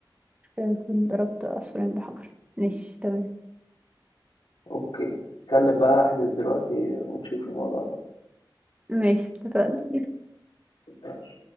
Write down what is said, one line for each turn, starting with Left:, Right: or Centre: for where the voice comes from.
Right: كده اكون ضربت عصفورين بحجر ماشي تمام
Left: اوكي اتكلم بقى احجز دلوقتي ونشوف الموضوع
Right: ماشي اتفقنا
Left: ده